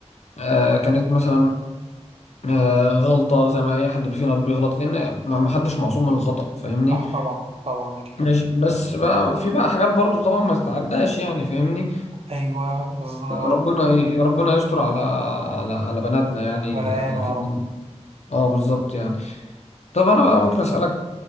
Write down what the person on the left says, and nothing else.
آه كانت مثلا آه غلطه زي ما اي حد فينا بيغلط لان ما ما حدش معصوم من الخطا فاهمني
ماشي بس بقى في بقى حاجات برضو طبعا ما تتعداش يعني فاهمني
ربنا ربنا يستر على على على بناتنا يعني
يعني
اكيد
اه بالظبط يعني طب انا بقى ممكن اسالك